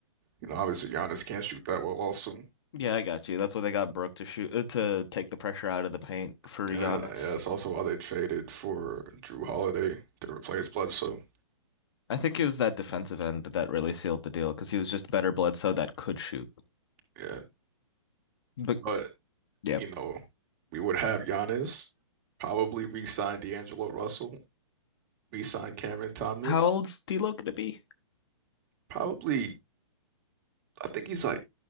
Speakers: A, on the right; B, on the left.
A: You know, obviously Giannis can't shoot that well also.
B: yeah, I got you. That's why they got Brooke to shoot uh, to take the pressure out of the paint for
A: Yeah,
B: Giannis.
A: yeah, that's also why they traded for Drew Holiday to replace Bledsoe.
B: I think it was that defensive end that really sealed the deal because he was just better Bledsoe that could shoot.
A: Yeah.
B: But
A: But,
B: yeah.
A: you know, we would have Giannis, probably re-sign D'Angelo Russell, re-sign Cameron Thomas.
B: How old's D'Lo gonna be?
A: Probably I think he's like